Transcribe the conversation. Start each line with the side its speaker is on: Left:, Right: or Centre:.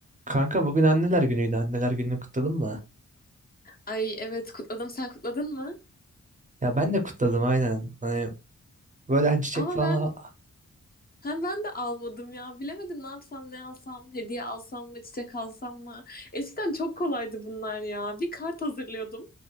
Right: Kanka bugün anneler günüydü. Anneler gününü kutladın mı?
Left: Ay evet kutladım. Sen kutladın mı?
Right: Ya ben de kutladım aynen. Hani böyle hani çiçek
Left: Ama
Right: falan
Left: ben
Right: al-
Left: hem ben de almadım ya. Bilemedim ne yapsam ne alsam. Hediye alsam mı çiçek alsam mı? Eskiden çok kolaydı bunlar ya. Bir kart hazırlıyordum.